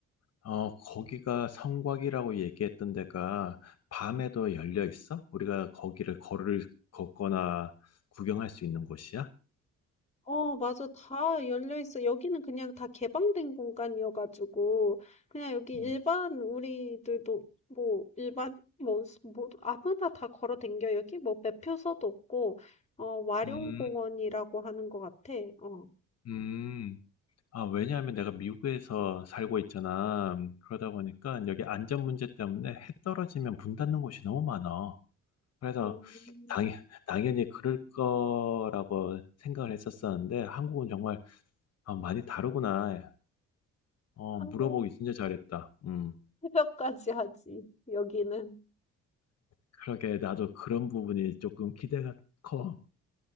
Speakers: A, on the left; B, on the left.
A: 어, 거기가 성곽이라고 얘기했던 데가 밤에도 열려 있어? 우리가 거기를 걸을 걷거나 구경할 수 있는 곳이야?
B: 어, 맞아. 다 열려 있어. 여기는 그냥 다 개방된 공간이어가지고, 그냥 여기 일반,
A: 음,
B: 우리들도, 뭐, 일반, 뭐, 스- 뭐, 아무나 다 걸어 댕겨. 여기 뭐, 매표소도 없고, 어, 와룡공원이라고
A: 음,
B: 하는 것 같아. 어.
A: 음. 아, 왜냐하면 내가 미국에서 살고 있잖아. 그러다 보니까 여기 안전 문제 때문에 해 떨어지면 문 닫는 곳이 너무 많아. 그래서
B: 음,
A: 당, 당연히 그럴 거라고 생각을 했었었는데 한국은 정말 아, 많이 다르구나. 어,
B: 한국
A: 물어보기 진짜 잘했다. 음.
B: 새벽까지 하지, 여기는.
A: 그러게 나도 그런 부분이 조금 기대가 커.